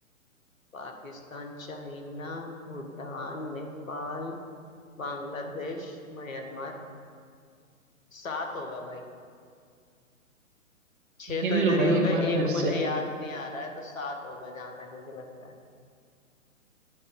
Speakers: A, on the left; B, on the right.
A: Pakistan China Bhutan Nepal Bangladesh Myanmar सात होगा भाई छह
B: गिन
A: तो इधर
B: लो भाई
A: ही हो
B: एक
A: गए
B: बार
A: एक
B: फिर
A: मुझे
B: से
A: याद नहीं आ रहा है तो सात होगा जहां तक मुझे लगता है